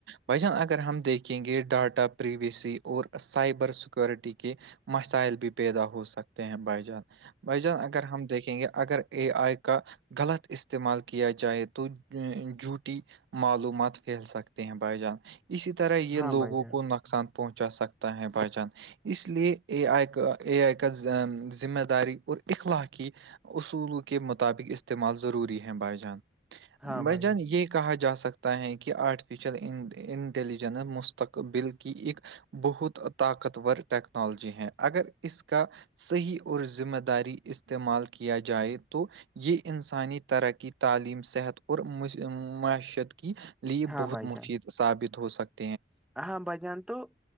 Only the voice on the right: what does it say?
بھائی جان اگر ہم دیکھیں گے ڈاٹا پری وی سی اور سائبر سکیورٹی کے مسائل بھی پیدا ہو سکتے ہیں بھائی جان بھائی جان اگر ہم دیکھیں گے اگر اے آئی کا غلط استعمال کیا جائے تو جوٹی معلومات پھیل سکتے ہیں بائی جان اسی طرح یہ
لوگوں
کو نق نقصان پہنچا سکتا ہے بھ جان اس لیے اے آئی کا اے آئی کا ذمہ داری اور اخلا کی اصول کے مطابق استعمال ضروری ہے بائی جان
بائیجان یہ کہا جا سکتا تیں کہ آرٹیفیشیل انٹیلیجنس مستقبل کی ایک بہت طاقتور ٹیکنالوجی ہے اگر اس کا صحیح اور ذمہ داری استعمال کیا جائے تو یہ انسانی ترقی تعلیم صحت اور معیشت کی لی
بہت
مفید
ثابت ہو سک